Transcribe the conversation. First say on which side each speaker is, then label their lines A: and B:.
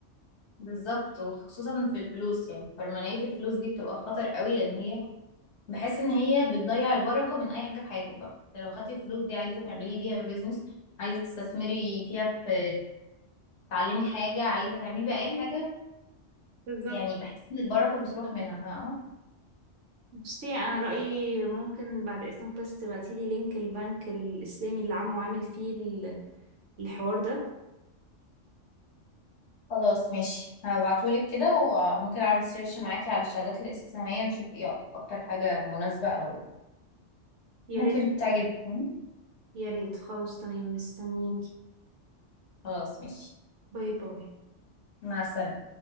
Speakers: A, on the left; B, on the right.
A: بالظبط وخصوصا في الفلوس يعني حرمانية الفلوس دي بتبقى خطر قوي لان هي بحس ان هي بتضيع البركه من اي حاجه في حياتك بقى انت لو خدتي الفلوس دي عايزه تعملي بيها بيزنس عايزه تستثمري فيها في تعلمي حاجه عايزه تعملي بيها اي حاجه
B: بالظبط
A: يعني بحس ان البركه بتروح منها فاهمه
B: بصي انا رايي ممكن بعد اذنك بس تبعتيلي لينك البنك الاسلامي اللي عمو عامل فيه ال- الحوار ده
A: خلاص ماشي هبعتهولك كده وممكن اعمل سيرش معاكي على الشهادات الاسلاميه نشوف ايه اكتر حاجه مناسبه او
B: يا
A: ممكن
B: ريت
A: تعجبك يعني.
B: يا ريت خلاص تمام مستنيك
A: خلاص ماشي
B: باي باي
A: مع السلامه